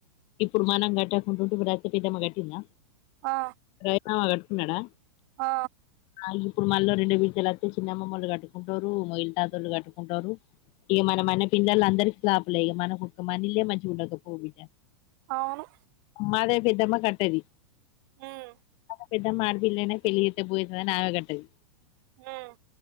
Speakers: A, on the left; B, on the right.
A: ఇప్పుడు మనం గట్టకుంటుంటే ఇప్పుడు రత్తి పెద్దమ్మ గట్టిందా?
B: ఆ
A: రాఖీ మామ కట్టుకున్నాడా?
B: ఆ
A: ఉహ్ ఇప్పుడు మళ్ళ రెండే మిద్దెలు అత్తె చిన్న అమ్మమొల్లు గట్టుకుంటరు మోగిలి తాతోళ్లు గట్టుకుంటరు. ఇగ మన మన్నే పిల్లల అందరికీ స్లాపులే ఇగ మనకు ఒక మనిల్లే మంచిగుండకపోవుబిడ్డ
B: ఆను
A: మాదే పెద్దమ్మ కట్టేది.
B: ఉమ్మ్
A: పెద్దమ్మ అడిపిల్లనే పెళ్లియేత్తే బోయె క అని ఆమె కట్టది.
B: ఉమ్మ్